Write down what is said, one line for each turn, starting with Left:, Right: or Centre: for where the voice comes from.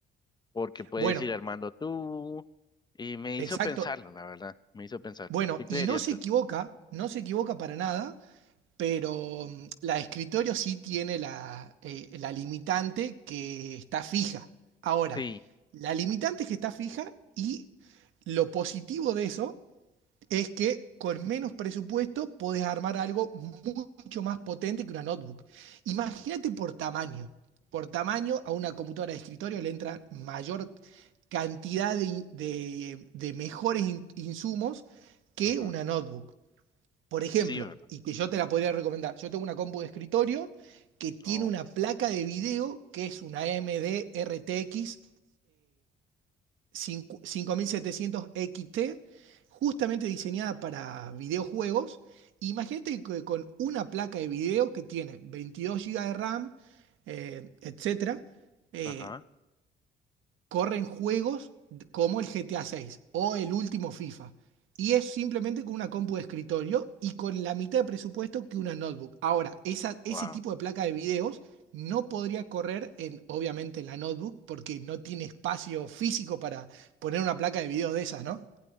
Left: porque puedes
Right: Bueno,
Left: ir armando tú, y me
Right: exacto.
Left: hizo pensarlo, la verdad, me hizo pensar
Right: Bueno,
Left: ¿Qué creerías
Right: y no se
Left: tú?
Right: equivoca, no se equivoca para nada, pero mm, la de escritorio sí tiene la, eh, la limitante que está fija. Ahora,
Left: Sí.
Right: la limitante es que está fija y lo positivo de eso es que con menos presupuesto podés armar algo mucho más potente que una notebook. Imagínate por tamaño. Por tamaño, a una computadora de escritorio le entra mayor cantidad de, in- de- de mejores in- insumos que
Left: Ujú.
Right: una notebook. Por ejemplo,
Left: Sí, ¿verdad?
Right: y que yo te la podría recomendar, yo tengo una compu de escritorio que tiene
Left: Oh.
Right: una placa de video que es una AMD RTX cincu- 5700 XT, justamente diseñada para videojuegos. Imagínate que con una placa de video que tiene 22 GB de RAM, eh, etcétera, eh,
Left: Ajá.
Right: corren juegos como el GTA 6 o el último FIFA. Y es simplemente con una compu de escritorio y con la mitad de presupuesto que una notebook. Ahora, esa, ese
Left: wow.
Right: tipo de placa de videos no podría correr en, obviamente, en la notebook porque no tiene espacio físico para poner una placa de video de esas, ¿no?